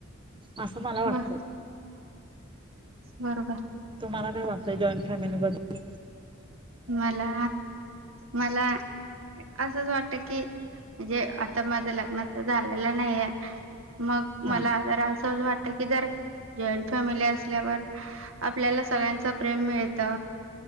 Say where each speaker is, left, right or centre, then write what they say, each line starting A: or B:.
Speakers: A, on the right; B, on the right.
A: असं मला वाटतंय
B: ब बरोबर
A: तुम्हाला काय वाटतंय जॉईंट फॅमिली बद्दल?
B: मला मला असंच वाटत कि म्हणजे आता माझं लग्न तर झालेलं नाहीये. मग मला
A: हा
B: आजार असं वाटत. की जर जॉईंट फॅमिली अस असल्यावर आपल्याला सगळ्यांच प्रेम मिळत.